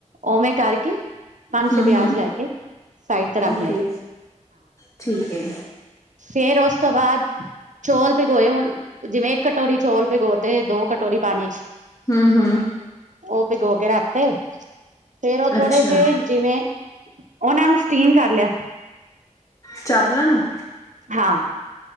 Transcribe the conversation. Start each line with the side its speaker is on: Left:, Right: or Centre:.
Right: ਉਵੇਂ ਕਰਕੇ ਪੰਜ
Left: ਹਮ
Right: ਛੇ ਪਿਆਜ
Left: ਹਮ
Right: ਲੈ ਕੇ ਸਾਈਡ ਤੇ ਰੱਖ
Left: ਓਕੇ
Right: ਲੈ।
Left: ਠੀਕ ਏ।
Right: ਫੇਰ ਉਸ ਤੋਂ ਬਾਅਦ ਚੌਲ ਭਿਗੋਏ ਹੋਣ, ਜਿਵੇਂ ਇੱਕ ਕਟੋਰੀ ਚੌਲ ਭਿਗੋ ਤੇ ਦੋ ਕਟੋਰੀ ਪਾਣੀ ਚ।
Left: ਹੂ, ਹੂ।
Right: ਉਹ ਭਿਗੋ ਕੇ ਰੱਖਦੇ ਫੇਰ ਉਹ
Left: ਅੱਛਾ
Right: ਥੋੜੇ ਜਿਹੇ ਜਿਵੇਂ ਉਹਨਾਂ ਨੂੰ ਸਟੀਮ ਕਰ ਲਿਆ।
Left: ਚਾਵਲਾਂ ਨੂੰ।
Right: ਹਾਂ।